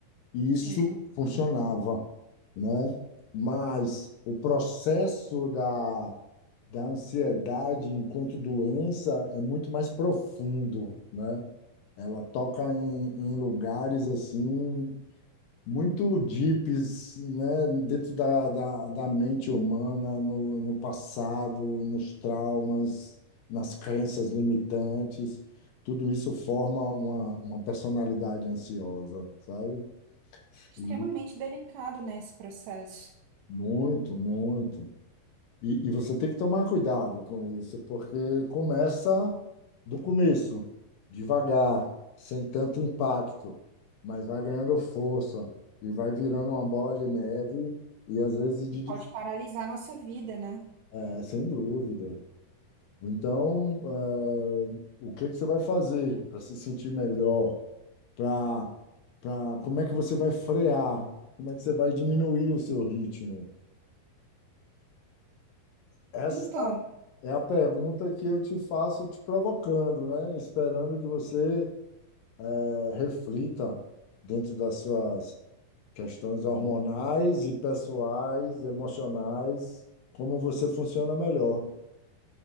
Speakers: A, on the left; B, on the right.
A: E isso
B: Sim,
A: funcionava, né? Mas o processo da, da ansiedade enquanto doença é muito mais profundo, né? Ela toca em, em lugares assim muito deeps, né, dentro da, da, da mente humana, no, no passado, nos traumas, nas crenças limitantes. Tudo isso forma uma, uma personalidade ansiosa, sabe?
B: extremamente
A: E
B: delicado, né, esse processo.
A: muito, muito. E, e você tem que tomar cuidado com isso, porque começa do começo, devagar, sem tanto impacto, mas vai ganhando força e vai virando uma bola de neve e às vezes de
B: E
A: de-
B: pode paralisar a nossa vida, né?
A: é, sem dúvida. Então, eh, o que que você vai fazer para se sentir melhor? Para, para, como é que você vai frear? Como é que você vai diminuir o seu ritmo? Essa
B: Então,
A: É a pergunta que eu te faço te provocando, né? Esperando que você eh, reflita dentro das suas questões hormonais e pessoais, emocionais, como você funciona melhor.